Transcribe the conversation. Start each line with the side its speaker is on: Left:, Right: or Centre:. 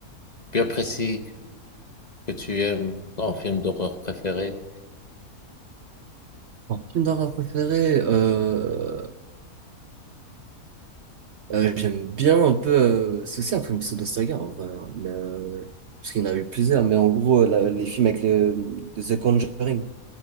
Left: bien précis que tu aimes, ton film d'horreur préféré,
Right: Mon film d'horreur préféré, euh, euh, j'aime bien un peu, euh, c'est aussi un film pseudo-saga, en vrai, hein, mais, euh, parce qu'il y en a eu plusieurs, mais en gros, la- les films avec le, de The Conjuring,